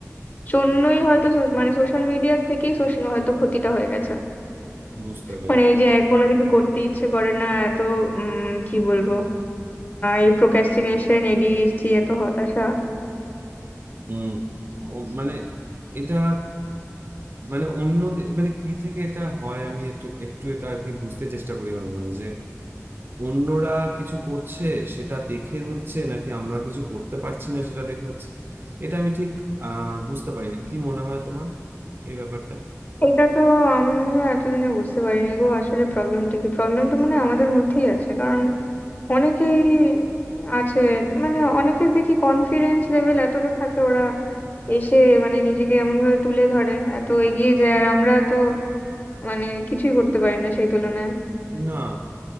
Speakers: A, on the left (about 35°); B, on the right (about 45°).
A: জন্যই হয়তো soc- মানে সোশ্যাল মিডিয়ার থেকেই social হয়তো ক্ষতিটা হয়ে গেছে
B: বুঝতে পেরেছি
A: মানে এই যে কোনো কিছু করতে ইচ্ছে করে না এত উম কি বলবো এই প্রোক্রাস্টিনেশন এডিএইচডি এত হতাশা
B: উম, ও- মানে এটা মানে অন্য দে- মানে কি থেকে এটা হয় আমি একটু একটু এটা আর কি বুঝতে চেষ্টা করি মাঝে মাঝে যে অন্যরা কিছু করছে সেটা দেখে হচ্ছে নাকি আমরা কিছু করতে পারছি না সেটা দেখে হচ্ছে এটা আমি ঠিক আহ বুঝতে পারি না কি মনে হয় তোমার এই ব্যাপারটা
A: এটা তো আমিও এতদিনে বুঝতে পারিনি গো আসলে প্রবলেমটা কি প্রবলেমটা মনে হয় আমাদের মধ্যেই আছে কারণ অনেকেই আছে মানে অনেকের দেখি কনফিডেন্স লেভেল এতটা থাকে ওরা এসে মানে নিজেকে এমন ভাবে তুলে ধরে এত এগিয়ে যায় আর আমরা তো মানে কিছুই করতে পারি না সেই তুলনায়
B: না